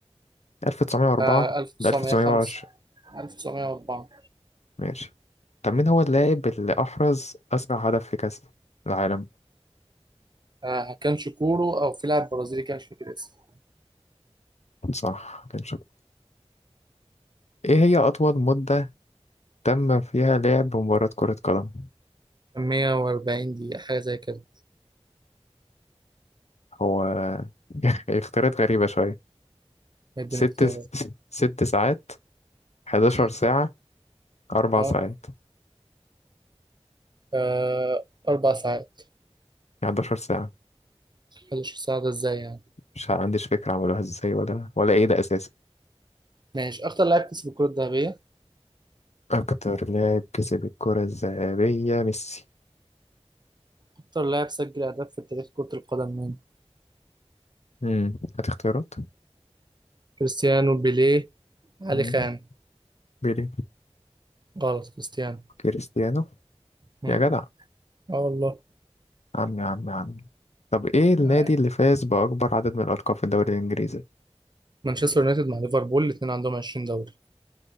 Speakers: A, on the left; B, on the right.
A: 1904
B: آه 1905
A: ل 1920
B: 1904
A: ماشي طب مين هو اللاعب اللي أحرز أسرع هدف في كأس العالم
B: آه كان شكورو أو في لاعب برازيلي كان مش فاكر اسمه
A: صح كان شاطر إيه هي أطول مدة تم فيها لعب مباراة كرة قدم
B: كان 140 دقيقة حاجة زي كده
A: هو <laughs> اختيارات غريبة شوية
B: مدينا
A: ست
B: اختيارات
A: ست ساعات 11
B: مم.
A: ساعة أربع
B: اه
A: ساعات
B: آه، أربع ساعات
A: 11 ساعة
B: 11 ساعة ده ازاي يعني
A: مش عنديش فكرة عملوها ازاي ولا ولا ايه ده أساسا
B: ماشي أكتر لاعب كسب الكرة الذهبية
A: أكتر لاعب كسب الكرة الذهبية ميسي
B: أكتر لاعب سجل أهداف في تاريخ كرة القدم مين؟
A: امم هات اختيارات
B: كريستيانو بيليه علي
A: مم.
B: خان
A: بيلي
B: غلط كريستيانو
A: كريستيانو
B: مم.
A: يا جدع
B: اه والله
A: عم يا عم يا عم طب ايه النادي
B: آه.
A: اللي فاز بأكبر عدد من الألقاب في الدوري الإنجليزي
B: مانشستر يونايتد مع ليفربول الاثنين عندهم 20 دوري